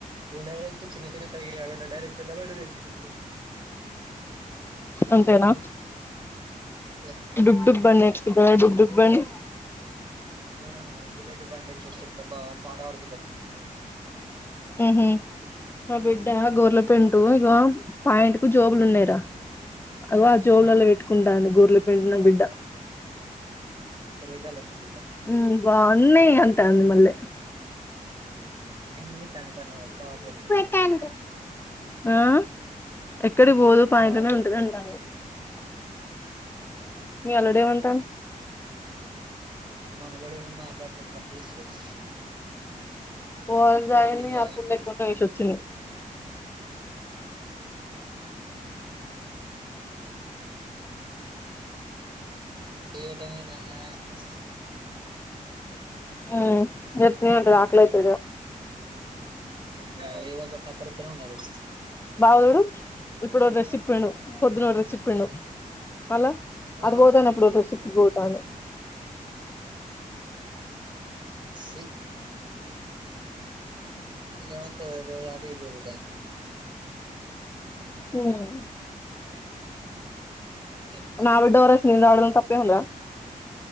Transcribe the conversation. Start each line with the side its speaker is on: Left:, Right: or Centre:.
Right: ఈడు డైరెక్ట్ చిన్న చిన్న సైకీళ్ళు కాకుండా డైరెక్ట్ పెద్ద బండె నేర్సుకుంటడు.
Left: అంతేనా
Right: ఇంతే
Left: డుగ్ డుగ్ బండి నేర్చుకుంటడు డుగ్ డుగ్ బండి
Right: నా బుల్లెట్ బండ్ ఎక్కి వచ్చిడు అబా పాడ పాడ్
Left: ఉహు నా బిడ్డ గోర్ల పాయింటు ఇగో పాయింటుకు జోబులు ఉన్నాయిరా. అది ఆ జోబులలో
Right: నా
Left: పెట్టుకుంటాది గోర్ల పాయింటు నా బిడ్డ.
Right: తిరిగే కాళ్ళ నీ బిడ్డ
Left: ఉ బా అన్ని అంటాది మళ్ళీ
Right: అన్ని సంది పను బావా పోలికలే
Left: ఆ ఎక్కడికి పోదు
Right: అంటే
Left: పనింటనే
Right: బాగా పోలికలే
Left: ఉంటది అంటది. మీ అల్లుడు ఎవటన్
Right: మా అల్లుడు ఏం మాట్లాడుతలే సప్పుడు జేస్తా లేద్.
Left: ఓర్ధయింది
Right: కదా
Left: అప్పుడు లేకుండా ఏచోచింద్
Right: సి విటమిన్ ఆయక
Left: హ వేపరేయల్ రాక్లైతది గదా
Right: మా ఏదో ఒకటీ సపరితనే ఉండాలి ఇళ్లు
Left: బావ జూడు ఇప్పుడు ఓ డ్రెస్ ఇపిండు. పొద్దున్న ఓ డ్రెస్ ఇపిండు మళ్ళా.
Right: ఆ
Left: అటు వోతాను అప్పుడు ఓ డ్రెస్ ఇప్పి బోతాను.
Right: సి ఇగా ఎవతదో తెల్వదు అటు ఇటు తిరుగతాంది.
Left: ఉహ్
Right: ఇమ్మా గేన్
Left: నా వెడ్డోరస్ నీన్ రావడం తప్పే ఉందిరా.